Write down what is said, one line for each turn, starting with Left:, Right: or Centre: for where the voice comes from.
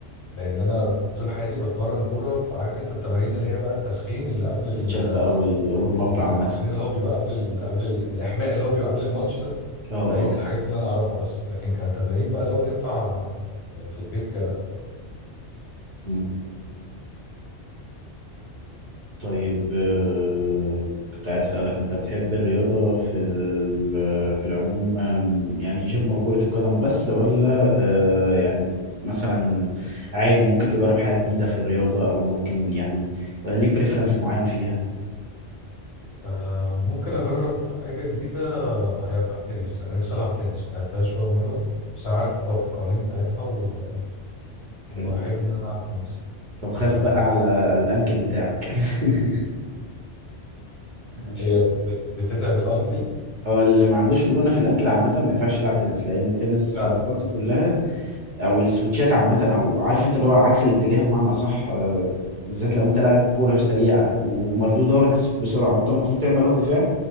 Left: لان انا طول حياتي بتمرن كوره فعارف انت التمارين اللي هي بقى التسخين اللي قبل
Right: استرتشات
Left: ال-
Right: بقى والورم
Left: ال-
Right: اب عامه
Left: التسخين اللي هو بيبقى قبل ال قبل ال- الاحماء اللي هو بيبقى قبل الماتش ده
Right: اه
Left: فهي
Right: اه
Left: دي الحاجات اللي انا اعرفها بس لكن كتمارين بقى لو تنفع آه، في البيت ك
Right: م. طيب آه، كنت عايز أسألك أنت بتحب الرياضة في ال- في العموم آم، يعني جيم وكرة القدم بس ولا آه، يعني مثلا عادي ممكن تجرب حاجة جديدة في الرياضة أو ممكن يعني ولا ليك بريفرنس معين فيها
Left: آه، ممكن اجرب حاجه جديده آه، هيبقى التنس انا نفسي العب تنس ما لعبتهاش ولا مره بس انا عارف القوا- القوانين بتاعتها و... واحب
Right: حلو ده
Left: ان انا العب تنس
Right: طب خاف
Left: آه،
Right: بقى على الأنكل بتاعك <laughs> عشان
Left: هي بت- بتتعب الانكل
Right: اه اللي ما عندوش مرونة في الأنكل عامة ما ينفعش يلعب تنس لأن التنس حركاته
Left: لا
Right: كلها او السويتشات عامه او عارف انت اللي هو عكس الاتجاه بمعنى اصح آه، بالذات لو انت لاعب كوره سريع ومردودها لك بسرعه وانت المفروض تعمل رد فعل